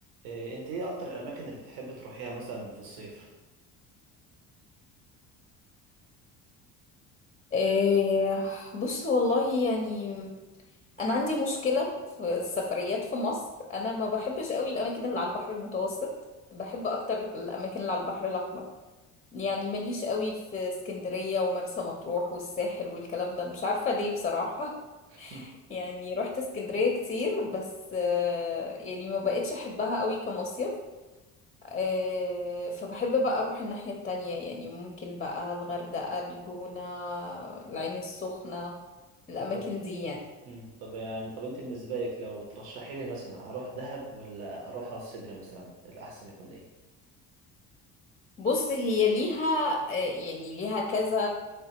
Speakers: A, on the right; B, on the left.
A: إيه، انت ايه اكتر الاماكن اللي بتحب تروحيها مثلا في الصيف
B: إيه بص والله يعني انا عندي مشكله في السفريات في مصر انا ما بحبش قوي الاماكن اللي على البحر المتوسط بحب اكتر الاماكن اللي على البحر الاحمر يعني ماليش قوي في اسكندريه ومرسى مطروح والساحل والكلام ده مش عارفه ليه بصراحه <laughs>
A: <laughs>
B: يعني رحت اسكندريه كتير بس آه، يعني ما بقتش احبها قوي كمصيف آه، فبحب بقى اروح الناحية التانية يعني ممكن بقى الغردقة الجونة العين السخنة الاماكن
A: طب
B: دي يعني
A: مم. طب يعني طب انت بالنسبه لك لو ترشحي لي مثلا اروح دهب ولا اروح راس سدر مثلا الاحسن يكون ايه
B: بص هي ليها آه، يعني ليها كذا